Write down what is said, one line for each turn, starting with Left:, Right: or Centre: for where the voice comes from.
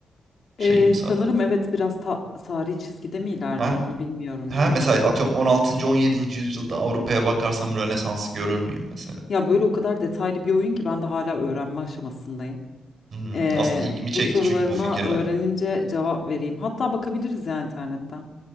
Right: şey
Left: Ee,
Right: mi sadece?
Left: sanırım evet biraz ta tarihi çizgide mi ilerliyor
Right: Ha
Left: onu bilmiyorum
Right: Ha
Left: ya.
Right: mesela atıyorum 16. 17. yüzyılda Avrupa'ya bakarsam Rönesans'ı görür
Left: Hı hı.
Right: müyüm mesela?
Left: Ya böyle o kadar detaylı bir oyun ki ben de hala öğrenme aşamasındayım.
Right: Hmm,
Left: Ee,
Right: aslında ilgimi
Left: bu
Right: çekti
Left: sorularına
Right: çünkü bu fikirler.
Left: öğrenince cevap vereyim. Hatta bakabiliriz ya internetten.